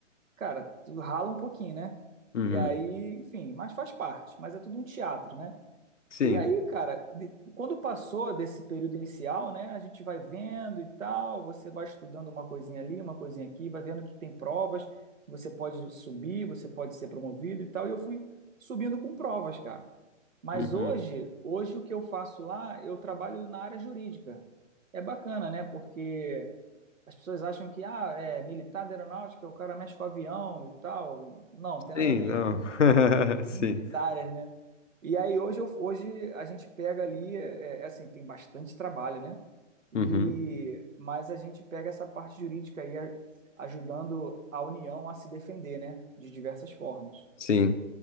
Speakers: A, on the right; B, on the left.
A: cara, tu rala um pouquinho, né?
B: Uhum.
A: E aí, enfim, mas faz parte. Mas é tudo um teatro, né?
B: Sim.
A: E aí, cara, de- quando passou desse período inicial, né, a gente vai vendo e tal, você vai estudando uma coisinha ali, uma coisinha aqui, vai vendo que tem provas, que você pode subir, você pode ser promovido e tal, e eu fui subindo com provas, cara. Mas
B: Uhum.
A: hoje, hoje o que eu faço lá, eu trabalho na área jurídica. É bacana, né, porque as pessoas acham que, ah, é militar da aeronáutica, o cara mexe com avião e tal. Não, tem
B: Sim,
A: nada a ver.
B: não. <laughs>
A: Tem
B: Sim.
A: muitas áreas, né? E aí hoje, eu, hoje a gente pega ali, é, é assim, tem bastante trabalho, né? E,
B: Uhum.
A: mas a gente pega essa parte jurídica aí a- ajudando a União a se defender, né? De diversas formas.
B: Sim.